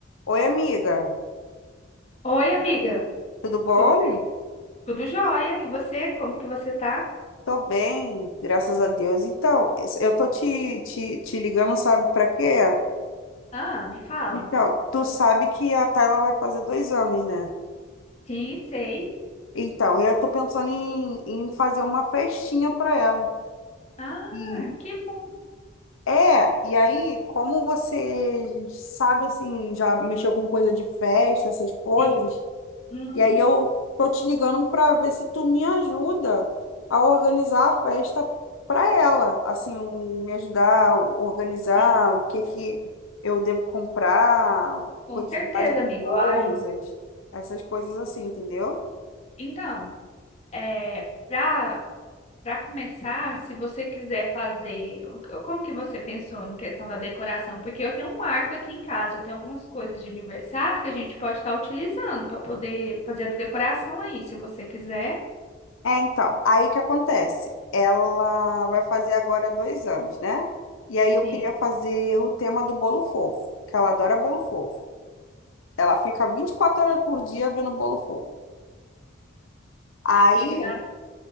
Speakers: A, on the left; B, on the left.
A: Oi, amiga,
B: Oi, amiga.
A: tudo bom?
B: Tudo bem? Tudo jóia. E você? Como que você tá?
A: Tô bem, graças a Deus. Então, eu tô te, te, te ligando, sabe pra quê?
B: Ah, me fala.
A: Então, tu sabe que a Tayla vai fazer dois anos, né?
B: Sim, sei.
A: Então, eu tô pensando em, em fazer uma festinha pra ela.
B: Ah,
A: E,
B: que bom.
A: é, e aí, como você sabe, assim, já mexeu com coisa de festa, essas coisas,
B: Sim. Uhum,
A: E aí eu tô te ligando para ver se tu me ajuda a organizar a festa para ela, assim, o- me ajudar a organizar
B: sim.
A: o que que eu devo comprar,
B: Com
A: quantidade
B: certeza,
A: de
B: amiga.
A: coisas,
B: Eu ajudo.
A: essas coisas assim, entendeu?
B: Então, é, para para começar, se você quiser fazer, o- como que você pensou em questão da decoração? Porque eu tenho um marco aqui em casa, eu tenho algumas coisas de aniversário que a gente pode estar utilizando para poder fazer a decoração aí, se você quiser.
A: É, então, aí o que acontece? Ela vai fazer agora dois anos, né? E aí eu
B: Sim.
A: queria fazer o tema do bolo fofo, que ela adora bolo fofo. Ela fica 24 horas por dia vendo bolo fofo. Aí
B: Que graça.